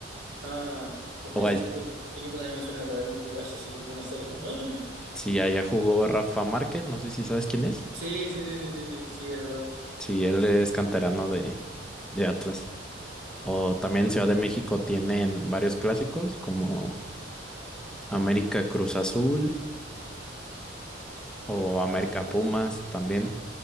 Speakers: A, on the right (about 80°); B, in the centre.
A: Ah, me
B: O
A: suena-
B: hay-
A: ese equipo también me suena por algún uruguayo así, de conocerlo. <laughs> <gasps>
B: si allá jugó Rafa Márquez, no sé si sabes quién es.
A: Sí, sí, sí, sí, sí, sí, sí, es verdad.
B: Si él es canterano de, de Atlas. O también Ciudad de México tienen varios clásicos como América Cruz Azul o América
A: Ah,
B: Pumas también.